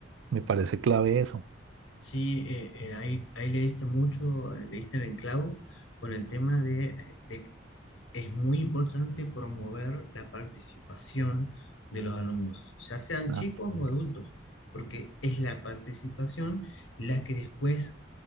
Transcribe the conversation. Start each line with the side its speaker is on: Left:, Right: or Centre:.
Right: Me parece clave eso.
Left: Sí, eh, eh, ahí, ahí le diste mucho, eh, le diste en el clavo con el tema de, de es muy importante promover la participación de los alumnos, ya sean
Right: Ah,
Left: chicos
Right: sí,
Left: o adultos, porque es la participación la que después